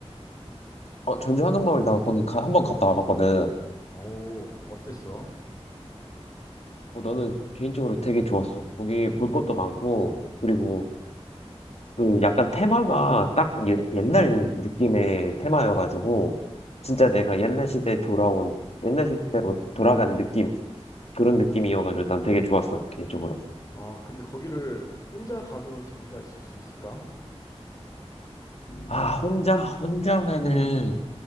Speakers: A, on the left (about 75°); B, on the left (about 35°).
A: 어, 전주 한옥마을 나 거기 가, 한번 갔다 와봤거든.
B: 어우, 어땠어?
A: 어, 나는 개인적으로 되게 좋았어. 거기 볼 것도 많고, 그리고 그 약간 테마가 딱 예, 옛날 느낌의 테마여가지고, 진짜 내가 옛날 시대에 돌아온, 옛날 시대로 돌아간 느낌, 그런 느낌이어가지고 난 되게 좋았어, 개인적으로.
B: 아, 근데 거기를 혼자 가도 재미가 있을 수 있을까?
A: 아, 혼자, 혼자면은,